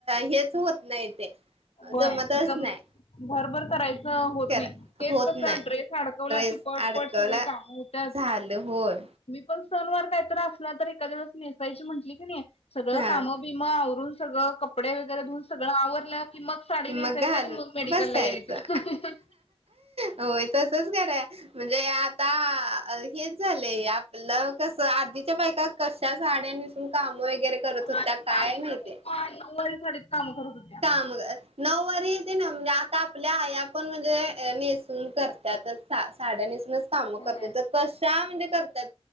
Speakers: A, on the right; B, on the left.
A: हेच होत नाहीत. ते,
B: होय
A: जमतच
B: जम
A: नाही
B: भरभर करायचं. तसं होत
A: खर
B: नाही तेच
A: होत
B: कस
A: नाही
B: ड्रेस अडकवला
A: ड्रेस
B: की पट
A: अडकवला
B: पट सगळी काम होतात.
A: झालं होय
B: ''मी पण सण वार काहीत असला तर एखादेळेस नेसायची म्हटली की, नाही सगळं
A: हा
B: काम बिम. मग आवरून सगळं कपडे वगैरे धुन सगळ आवरलं. कि, मग सााडी नेसायचं
A: मग घालून
B: आणि मग मेडिकलला
A: बसायचं
B: यायचं.
A: होय तसच करा. म्हणजे आता हेच झालंय आपलं कस आधीच्या बायका. कशा साड्या नेसून काम वगैरे. करत होत्या
B: आधीच्या
A: काय माहितीय
B: बायका नौवारी साडी नेसून काम करत होत्या.
A: मग नऊवारीेत ना म्हणजे आता आपल्या आई पण म्हणजे नेसून करतात. सा साड्यानीसूनच काम करत
B: होय.
A: तर कशा म्हणजे करतात.